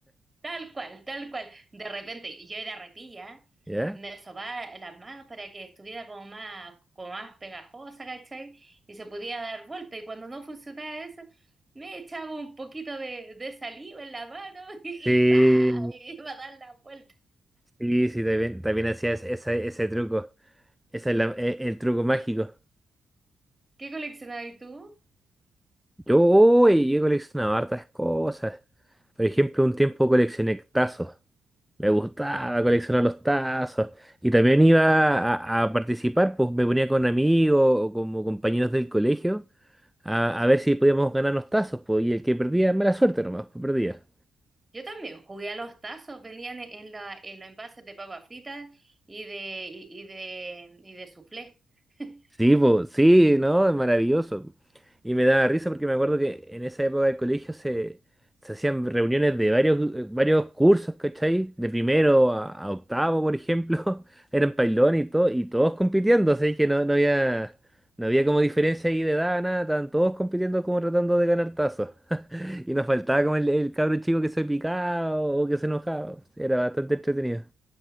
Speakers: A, on the right; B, in the centre.
A: tal cual, tal cual. De repente yo era repilla,
B: ¿ya?
A: me sobaba las manos para que estuviera como más, como más pegajosa, ¿cachai? Y se podía dar vuelta. Y cuando no funcionaba eso, me echaba un poquito de, de saliva en la mano <laughs> y,
B: Sí,
A: y ¡pa! iba a dar la vuelta.
B: sí, sí, también, también hacía ese, ese ese truco. Ese es la- e- el truco mágico.
A: ¿Qué coleccionabas tú?
B: Yo, uy, yo he coleccionado hartas cosas. Por ejemplo, un tiempo coleccioné tazos. Me gustaba coleccionar los tazos. Y también iba a, a participar, pues me ponía con amigos o como compañeros del colegio a, a ver si podíamos ganar los tazos, pues. Y el que perdía, mala suerte nomás, pues perdía.
A: Yo también jugué a los tazos, venían en, en la, en los envases de papas fritas y de, y, y de, y de soufflé. <laughs>
B: Sí, po, sí, ¿no? Es maravilloso. Y me daba risa porque me acuerdo que en esa época del colegio se, se hacían reuniones de varios, eh, varios cursos, ¿cachai? De primero a, a octavo, por ejemplo, <laughs> eran pailón y todo, y todos compitiendo, así que no, no había, no había como diferencia ahí de edad, nada, estaban todos compitiendo como tratando de ganar tazos. <laughs> Y nos faltaba como el, el cabro chico que se picaba o que se enojaba. Era bastante entretenido.